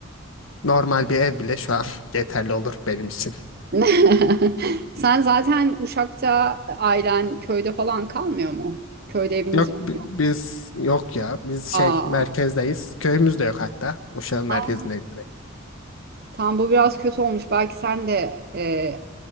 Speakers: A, on the left; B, on the right.
A: Normal bir ev bile şu an <laughs> yeterli olur benim için.
B: <laughs> Sen zaten Uşak'ta e, ailen köyde falan kalmıyor mu? Köyde eviniz
A: Yok
B: yok.
A: bi-
B: mu?
A: biz yok ya. Biz şey
B: Aa,
A: merkezdeyiz. Köyümüz de yok hatta. Uşak'ın merkezindeyiz
B: aa,
A: direkt.
B: tam bu biraz kötü olmuş. Belki sen de e,